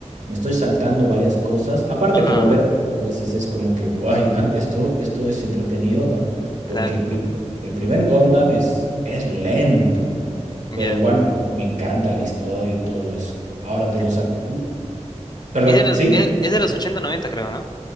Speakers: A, on the right; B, on the left.
A: me estoy saltando varias cosas. Aparte
B: Ah,
A: que volver a veces es como que, guay, an- esto, esto es entretenido, ¿no? Porque
B: claro.
A: el primer, el primer Gundam es, es lento
B: Ya.
A: pero igual me, me encanta la historia y todo eso. Ahora, de los... acu- Perdón,
B: Es de los,
A: ¿sí?
B: es, es de los ochenta noventa creo, ¿no?